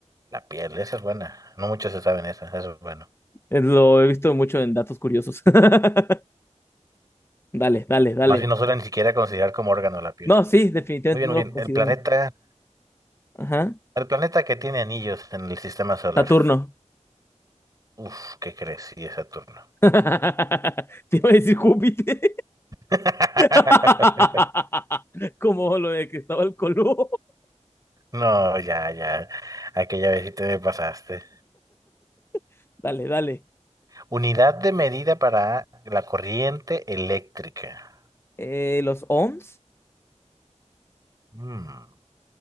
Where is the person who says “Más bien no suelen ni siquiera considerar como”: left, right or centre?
Right